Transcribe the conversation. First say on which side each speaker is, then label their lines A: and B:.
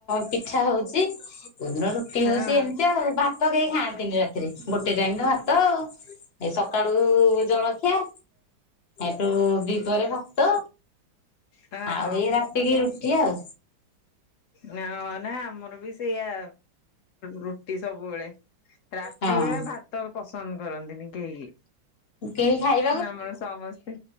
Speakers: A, on the left (about 45°); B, on the left (about 85°).
A: ପିଠା ହଉଛି କୋଉଦିନ ରୁଟି
B: ହଁ
A: ହଉଛି ଏମିତି ଆଉ ଭାତ କେହି ଖାଆନ୍ତିନି ରାତିରେ ଗୋଟେ ଟାଇମ ର ଭାତ ଆଉ ଏ ସକାଳୁ ଜଳଖିଆ ଏଠୁ ଦିପରେ ଭାତ
B: ହଁ
A: ଆଉ
B: ହଁ
A: ଏଇ ରାତିକି ରୁଟି ଆଉ।
B: ନା ନା ଆମର ବି ସେଇଆ ରୁଟି ସବୁବେଳେ ରାତି
A: ହଁ।
B: ବେଳେ ଭାତ ପସନ୍ଦ କରନ୍ତିନି କେହିକି
A: କେହି ଖାଇ
B: ଆମର ସମସ୍ତେ